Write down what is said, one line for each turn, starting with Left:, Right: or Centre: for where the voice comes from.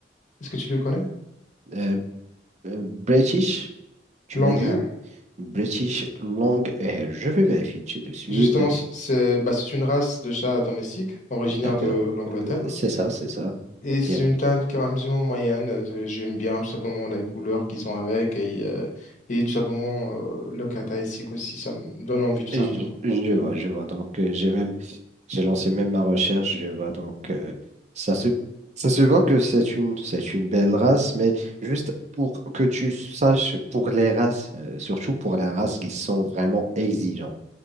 Left: Est-ce que tu le connais?
Right: Euh, euh, British, tu
Left: Longhair.
Right: m'as dit. British Long Hair. Je vais vérifier tout de suite.
Left: Justement, c- c'est bah, c'est une race de chat domestique originaire
Right: D'accord.
Left: de l'Angleterre.
Right: Euh, c'est ça, c'est ça.
Left: Et
Right: Bien.
Left: c'est une
Right: vu.
Left: taille qui est amusement moyenne. Euh, J'aime bien tout simplement la couleur qu'ils ont avec et, euh, et tout simplement euh, le cathaïsique aussi. Ça me donne envie tout
Right: Et
Left: simplement.
Right: Je, je vois, je vois. Donc, euh, j'ai même, j'ai lancé même ma recherche. Je vois donc, euh, ça se, ça se voit que c'est une, c'est une belle race, mais juste pour que tu saches, pour les races, euh, surtout pour la race, ils sont vraiment exigeants.